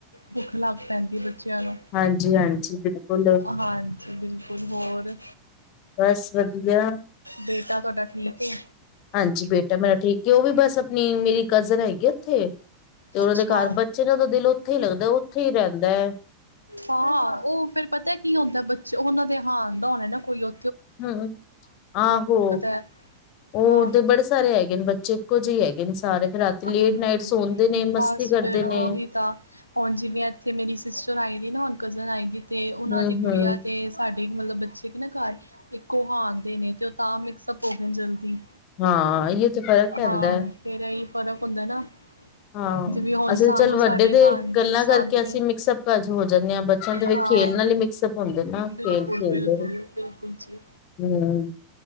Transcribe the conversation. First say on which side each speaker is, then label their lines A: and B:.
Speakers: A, on the left; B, on the left.
A: ਭੁੱਖ ਲੱਗ ਪੈਂਦੀ ਏ ਬੱਚਿਆਂ ਨੂੰ।
B: ਹਾਂਜੀ ਹਾਂਜੀ ਬਿਲਕੁਲ
A: ਹਾਂਜੀ ਬਿਲਕੁਲ ਹੋਰ।
B: ਬਸ ਵਧੀਆ
A: ਬੇਟਾ ਤੁਹਾਡਾ ਠੀਕ ਏ?
B: ਹਾਂਜੀ ਬੇਟਾ ਮੇਰਾ ਠੀਕ ਏ ਉਹ ਵੀ ਬਸ ਅਪਣੀ ਮੇਰੀ ਕਜ਼ਨ ਹੈਗੀ ਓਥੇ ਤੇ ਉਹਨਾਂ
A: ਅੱਛਾ
B: ਦੇ ਘਰ ਬੱਚੇ ਨੇ ਉਹਦਾ ਦਿਲ ਉਥੇ ਈ ਲੱਗਦੈ ਉੱਥੇ ਈ ਰਹਿਦੈ।
A: ਹਾਂ ਉਹ ਫੇਰ ਪਤੈ ਕੀ ਹੁੰਦੈ ਬੱਚ ਉਹਨਾਂ ਦੇ ਹਾਂਣ ਦਾ ਹੋਣੈ ਨਾ ਕੋਈ ਓ
B: ਹੂੰ, ਆਹੋ
A: ਹੈ
B: ਉਹ
A: ਹਾਂ
B: ਦੇ ਬੜੇ ਸਾਰੇ ਹੈਗੇ ਨੇ ਬੱਚੇ। ਇਕੋ ਜੇ ਈ ਹੈਗੇ ਨੇ ਸਾਰੇ। ਫਿਰ ਰਾਤੀ ਲੇਟ
A: ਹੂੰ,
B: ਨਾਈਟ ਸੌਦੇ ਨੇ ਮਸਤੀ
A: ਬਸ
B: ਕਰਦੇ
A: ਫੇਰ
B: ਨੇ
A: ਓਹੀ ਤਾਂ। ਹੁਣ ਜਿਵੇਂ ਐਥੇ ਮੇਰੀ ਸਿਸਟਰ ਆਈ ਦੀ ਨਾ ਹੁਣ ਕਜ਼ਨ ਆਈ ਦੀ ਤੇ ਉਨਾਂ
B: ਹੂੰ
A: ਦੀ ਕੁੜੀਆਂ
B: ਹੂੰ
A: ਤੇ ਸਾਡੀ ਮਤਲਬ ਬੱਚੇ ਕੀ ਨਾ ਘਰ ਇੱਕੋ ਹਾਣਦੇ ਨੇ ਤੇ ਉਹ ਤਾਂ ਮਿਕਸਅਪ ਹੋਗੇ ਨੇ ਜਲਦੀ।
B: ਹਾਂ ਇਹ ਤੇ ਫ਼ਰਕ ਪੈਂਦਾ
A: ਹਾਂ,
B: ਹੈ
A: ਫੇਰ ਐਹੀ ਫ਼ਰਕ ਹੁੰਦਾ ਨਾ।
B: ਹਾਂ,
A: ਜਿਵੇਂ ਹੁਣ
B: ਅਸੀਂ
A: ਸਾਨੂੰ
B: ਚੱਲ ਵੱਡੇ
A: ਸਾਡੇ
B: ਤੇ
A: ਹਾਣ ਦੇ
B: ਗੱਲਾਂ
A: ਪਸੰਦ
B: ਕਰਕੇ ਅਸੀਂ
A: ਨੇ
B: ਮਿਕਸਅਪ ਕ ਹੋ ਜਾਂਣੇ ਆ ਬੱਚ ਸੰਦੇ ਵੇ
A: ਹਾਂ
B: ਖੇਲ ਨਾਲ ਈ ਮਿਕਸਅਪ ਹੁੰਦੇ ਨਾ ਖੇਲ
A: ਬਿਲਕੁਲ
B: ਖੇਲਦੇ
A: ਬਿਲਕੁਲ
B: ਨੇ
A: ਬਿਲਕੁਲ ਜੀ
B: ਹੂੰ।